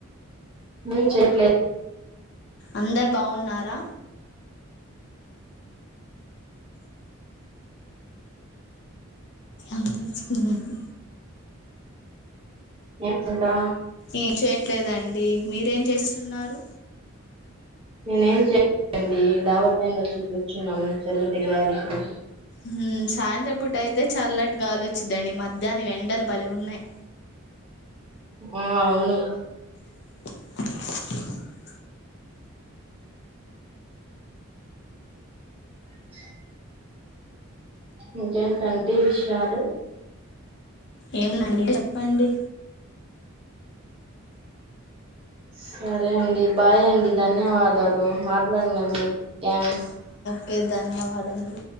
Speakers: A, on the right; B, on the left.
A: ఏం చేయట్లే
B: అందరు బావున్నారా మ్మ్ హ్మ్
A: ఏం ఇంకా
B: ఏం చేయట్లేదండి మీరేం ఏం చేస్తు తిన్నారు
A: నేనేం చే అండి డాబా పైన వచ్చి కూర్చున్నాం చల్లటి గాలికి
B: మ్మ్ సాయంత్రం పూట అయితే చల్లటి గాలివొచ్చిది అండి దాని వెండలు బలే ఉన్నాయి
A: ఆ అవును
B: <unintelligible>
A: <unintelligible> ఇంకేంటంటి విషయాలు
B: ఏముందండి చెప్పండి
A: స రే అండి బాయ్ అండి ధన్యవాదాలు మా బన్నండి యాస్
B: కే ధన్యవాదములు